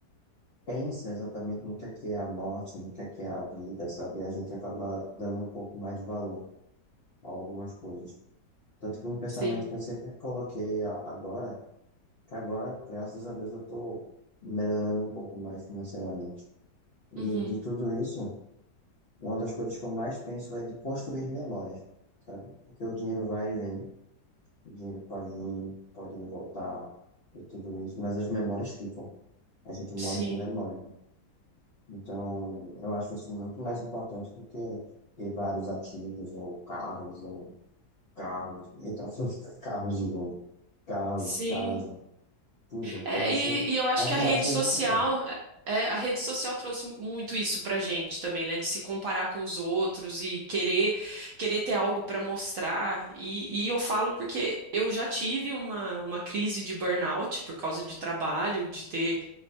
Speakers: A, on the left; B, on the right.
A: Pensa exatamente no que é que é a morte, no que é que é a vida, sabe? A gente acaba dando um pouco mais de valor. algumas coisas. Tanto que um pensamento
B: Sim.
A: que eu sempre coloquei a- agora, que agora, graças a Deus, eu estou melhorando um pouco mais financeiramente. E
B: Uhum.
A: de tudo isso, uma das coisas que eu mais penso é de construir memórias, sabe? Porque o dinheiro vai e vem, o dinheiro pode vir, pode ir e voltar, e tudo isso, mas as memórias ficam. A gente morre
B: Sim.
A: com memória. Então, eu acho isso muito mais importante do que ter vários ativos, ou carros, ou carros, então, <laughs> carros de novo. Carros,
B: Sim.
A: casa, tudo.
B: É,
A: Eu acho
B: e, e eu acho
A: uma
B: que
A: viagem
B: a rede social,
A: é muito melhor.
B: é, a rede social trouxe muito isso pra gente também, né? De se comparar com os outros e querer, querer ter algo para mostrar. E, e eu falo porque eu já tive uma, uma crise de burnout por causa de trabalho, de ter